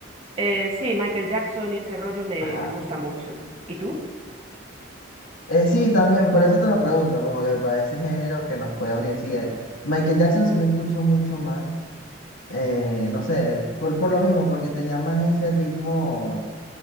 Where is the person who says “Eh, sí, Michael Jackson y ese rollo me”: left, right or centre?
Right